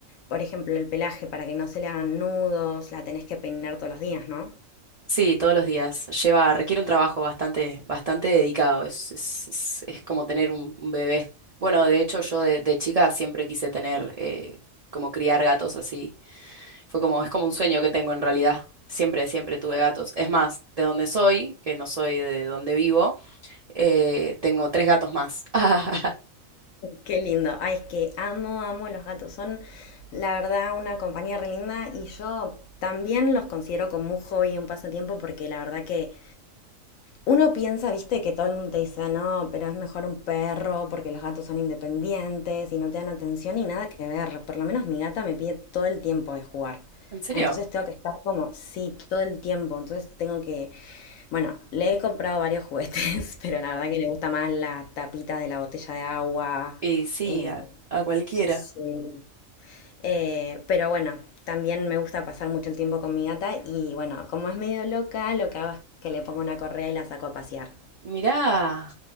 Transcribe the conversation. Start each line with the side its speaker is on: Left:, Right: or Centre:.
Left: por ejemplo, el pelaje, para que no se le hagan nudos, la tenés que peinar todos los días, ¿no?
Right: Sí, todos los días. Lleva, requiere un trabajo bastante, bastante dedicado. Es, es, es, es como tener un, un bebé. Bueno, de hecho, yo de, de chica siempre quise tener, eh, como criar gatos así. Fue como, es como un sueño que tengo en realidad. Siempre, siempre tuve gatos. Es más, de donde soy, que no soy de donde vivo, eh, tengo tres gatos más. <laughs>
Left: Qué lindo. Ay, es que amo, amo los gatos. Son, la verdad, una compañía re linda y yo también los considero como un hobby, un pasatiempo, porque la verdad que uno piensa, viste, que todo el mundo te dice, no, pero es mejor un perro porque los gatos son independientes y no te dan atención y nada que ver. Por lo menos mi gata me pide todo el tiempo de jugar.
Right: ¿En serio?
Left: Entonces tengo que estar como, sí, todo el tiempo. Entonces tengo que, bueno, le he comprado varios juguetes, <laughs> pero la verdad que le gusta más la tapita de la botella de agua.
Right: Y sí,
Left: eh,
Right: a, a cualquiera.
Left: Sí. Eh, pero bueno, también me gusta pasar mucho el tiempo con mi gata y bueno, como es medio loca, lo que hago es que le pongo una correa y la saco a pasear.
Right: Mirá.